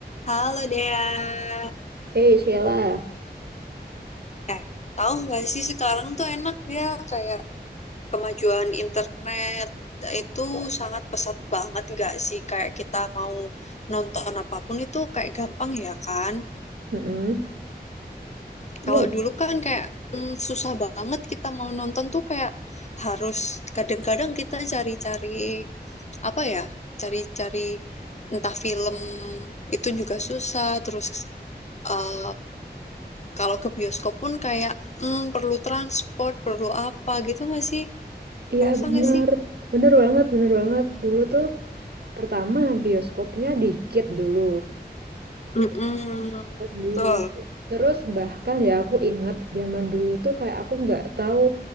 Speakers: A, on the left; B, on the right.
A: Halo Dea.
B: Eh, Sheila.
A: Eh, tahu nggak sih sekarang tuh enak ya kayak kemajuan internet itu sangat pesat banget nggak sih kayak kita mau nonton apapun itu kayak gampang ya kan.
B: Mm-mm. Iya,
A: Kalau dulu kan kayak mm, susah banget kita mau nonton tuh kayak harus kadang-kadang kita cari-cari apa ya cari-cari entah film itu juga susah terus eh, Kalau ke bioskop pun kayak hmm, perlu transport, perlu apa gitu nggak sih?
B: iya
A: Ngerasa
B: bener.
A: nggak sih?
B: Bener banget, bener banget. Dulu tuh pertama bioskopnya dikit dulu.
A: Mm-mm,
B: Aduh.
A: betul.
B: Terus bahkan ya aku inget zaman dulu tuh kayak aku nggak tahu